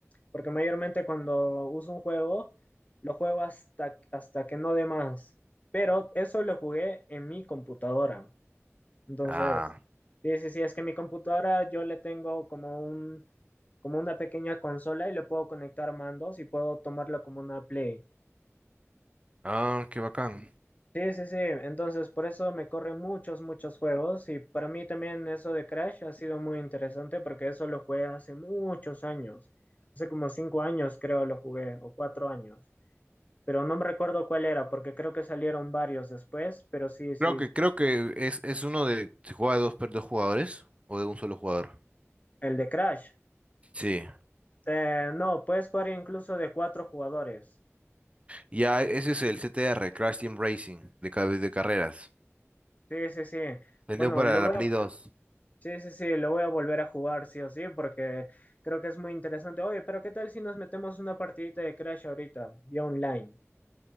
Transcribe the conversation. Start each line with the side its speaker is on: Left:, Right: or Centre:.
Left: Porque mayormente cuando uso un juego, lo juego hasta, hasta que no dé más. Pero eso lo jugué en mi computadora. Entonces,
Right: Ah,
Left: sí, sí, sí, es que mi computadora yo le tengo como un como una pequeña consola y le puedo conectar mandos y puedo tomarlo como una Play.
Right: ah, qué bacán.
Left: Sí, sí, sí. Entonces, por eso me corre muchos, muchos juegos. Y para mí también eso de Crash ha sido muy interesante porque eso lo jugué hace muchos años. Hace como cinco años creo lo jugué, o cuatro años. Pero no me recuerdo cuál era porque creo que salieron varios después. Pero sí, sí,
Right: Creo que, creo que es, es uno de... ¿Se juega de dos, per- dos jugadores o de un solo jugador?
Left: el de Crash.
Right: Sí.
Left: Eh, no, puedes jugar incluso de cuatro jugadores.
Right: Ya, ese es el CTR, Crash Team Racing, de, ca- de carreras.
Left: Sí, sí, sí.
Right: Vendió
Left: Bueno,
Right: para
Left: luego
Right: la Play 2.
Left: Sí, sí, sí, lo voy a volver a jugar, sí o sí, porque creo que es muy interesante. Oye, pero ¿qué tal si nos metemos una partidita de Crash ahorita, vía online?